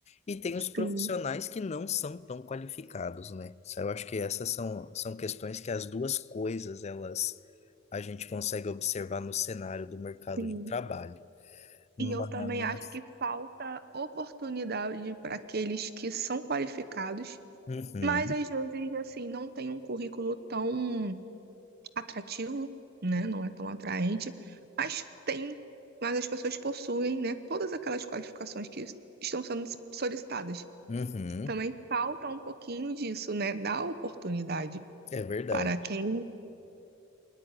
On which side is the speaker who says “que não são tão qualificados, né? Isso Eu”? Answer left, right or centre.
Left